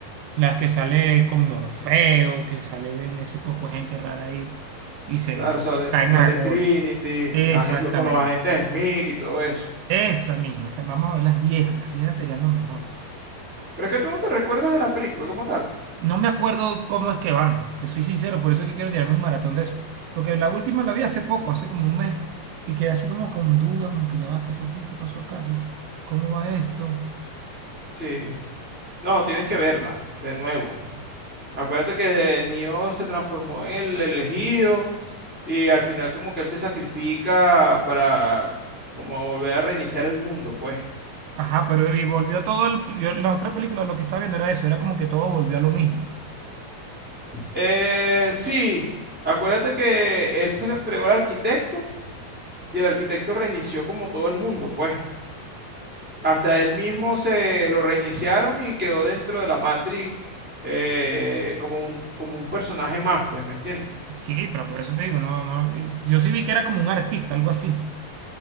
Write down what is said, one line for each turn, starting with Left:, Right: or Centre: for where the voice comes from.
Right: Las que sale con Morfeo, que sale en ese poco de gente rara ahí y se
Centre: Claro, sale,
Right: caen
Centre: sale
Right: a golpe.
Centre: Trinity,
Right: Exactamente.
Centre: aje- lo- con los agentes Smith y todo eso.
Right: Esa misma, esa, vamos a ver las viejas, las viejas serían lo mejor.
Centre: Pero es que tú no te recuerdas de la película como tal.
Right: No me acuerdo cómo es que van, te soy sincero, por eso es que quiero tirarme un maratón de eso. Porque la última la vi hace poco, hace como un mes, y quedé así como con dudas, como que ya va, ¿qué pasó aquí? ¿Qué pasó acá? ¿Qué- ¿Cómo va esto?
Centre: Sí. No, tienes que verla de nuevo. Acuérdate que Neo se transformó en el elegido y al final como que él se sacrifica para como volver a reiniciar el mundo, pues.
Right: Ajá, pero y volvió todo el, yo- la otra película, lo que estaba viendo era eso, era como que todo volvió a lo mismo.
Centre: Eh, sí, acuérdate que él se la entregó al arquitecto y el arquitecto reinició como todo el mundo, pues. Hasta él mismo se lo reiniciaron y quedó dentro de la Matrix eh, como un, como un personaje más, pues, ¿me entiendes?
Right: Sí, pero por eso te digo, no, no, y- yo sí vi que era como un artista, algo así.